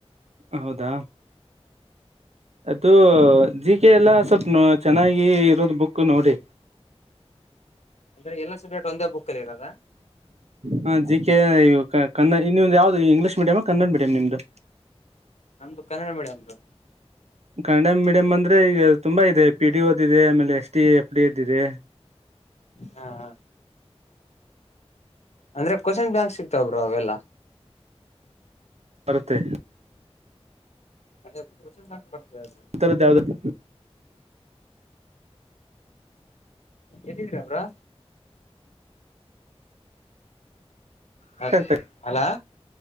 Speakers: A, on the right; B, on the left.
A: ಹೌದಾ. ಅದೂ ಜಿ ಕೆ ಎಲ್ಲ ಸ್ವಲ್ಪ್ನ ಚೆನ್ನಾಗಿ ಇರೋದು ಬುಕ್ ನೋಡಿ.
B: ಅಂದ್ರೆ ಎಲ್ಲ ಸಬ್ಜೆಕ್ಟ್ ಒಂದೇ ಬುಕ್ ಅಲ್ಲಿರೋದ.
A: ಹಾಂ ಜಿ ಕೆ ಯುಕ್ ಕ ಕನ್ನ ಇನ್ನೊಂದ್ ಯಾವ್ದ್ ಇಂಗ್ಲೀಷ್ ಮೀಡಿಯಂ ಹಾಂ ಕನ್ನಡ ಮೀಡಿಯಂ ನಿಮ್ದು.
B: ನಮ್ದು Kannada medium bro.
A: Kannada medium ಅಂದ್ರೆ ಈಗ ತುಂಬಾ ಇದೆ ಪಿ ಡಿ ಓದ್ ಇದೆ ಆಮೇಲೆ ಎಸ್ ಡಿ ಎಫ್ ಡಿ ಎದ್ ಇದೆ.
B: ಹಾಂ ಹಾಂ ಅಂದ್ರೆ ಕ್ವೆಶನ್ ಬ್ಯಾಂಕ್ ಸಿಕ್ತವ್ ಬ್ರೊ ಅವೆಲ್ಲ.
A: ಬರುತ್ತೆ.
B: ಅದೆ ಕ್ವೆಶನ್ ಬ್ಯಾಂಕ್ ಬರ್ತದೆ ಅದ್ರಲ್ಲಿ.
A: ಇತ್ತರದ್ ಯಾವ್ದ್ ಐತಿ.
B: ಎಲ್ಲಿದಿರ ಬ್ರೊ. ಹ
A: ಆಗ್ತಾ
B: ಹಲಾ.